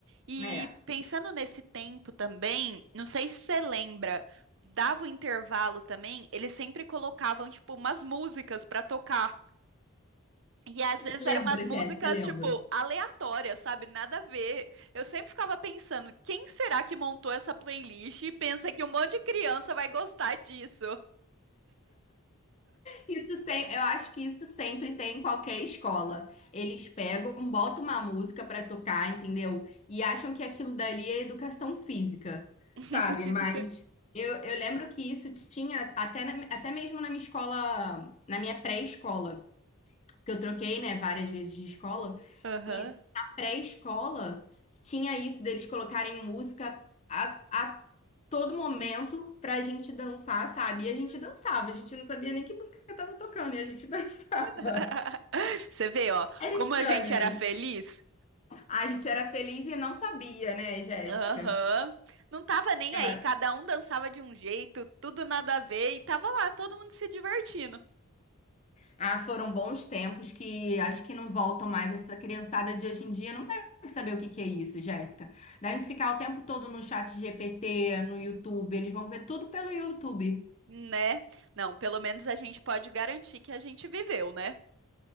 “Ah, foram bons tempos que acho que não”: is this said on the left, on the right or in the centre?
Left